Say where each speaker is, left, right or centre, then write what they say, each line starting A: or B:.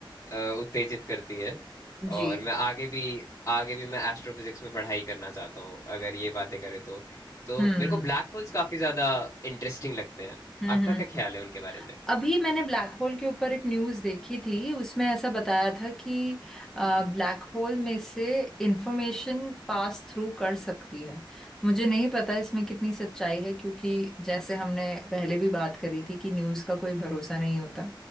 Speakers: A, on the left (about 35°); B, in the centre.
A: अ, उत्तेजित करती है
B: जी
A: और मैं आगे भी आगे भी मैं एस्ट्रोफिजिक्स में पढ़ाई करना चाहता हूँ अगर ये बातें करें तो तो
B: हम्म
A: मेरे को ब्लैक होल्स काफी ज्यादा इंटरेस्टिंग लगते हैं
B: हम्म
A: आपका
B: हम्म
A: क्या ख्याल है उनके बारे में
B: अभी मैंने ब्लैक होल के ऊपर एक न्यूज़ देखी थी उसमें ऐसा बताया था कि ब्लैक होल में से इंफॉर्मेशन पास थ्रू कर सकती है मुझे नहीं पता इसमें कितनी सच्चाई है क्योंकि जैसे हमने पहले भी बात करी थी कि न्यूज़ का कोई भरोसा नहीं होता